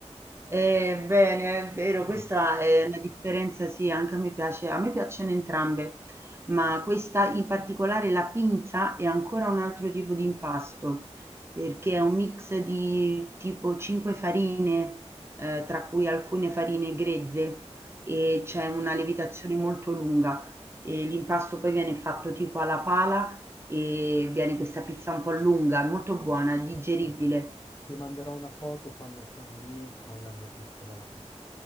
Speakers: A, on the right; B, on the left.
A: Eh, bene, è vero,
B: <laughs>
A: questa è una differenza, sì, anche a me piace, a me piacciono entrambe, ma questa in particolare, la pinza, è ancora un altro tipo di impasto, perché
B: Mm.
A: è un mix di tipo 5 farine, eh, tra cui alcune farine grezze, e c'è
B: Mm.
A: una lievitazione molto lunga, e l'impasto poi viene fatto tipo alla pala e viene questa pizza un po' lunga, molto buona, digeribile.
B: Bene, ti manderò una foto quando sono lì con la mia pizza davanti.